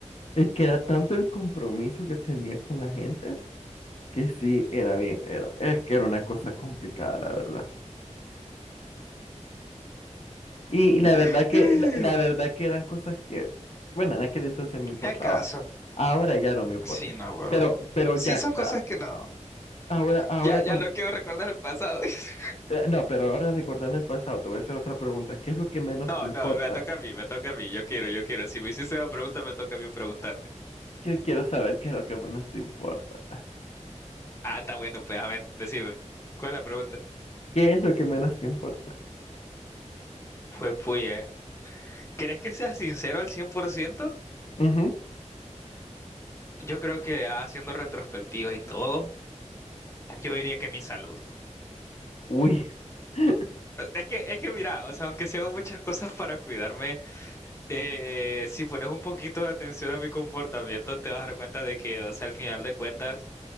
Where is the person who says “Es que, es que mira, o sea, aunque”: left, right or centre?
Left